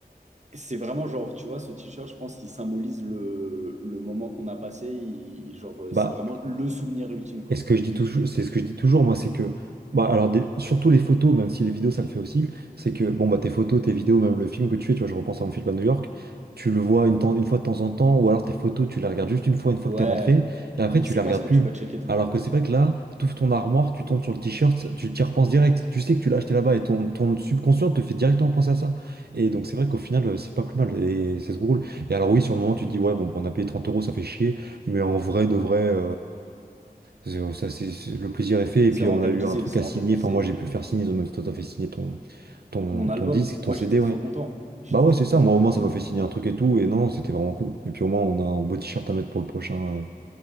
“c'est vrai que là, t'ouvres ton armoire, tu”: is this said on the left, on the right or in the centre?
Right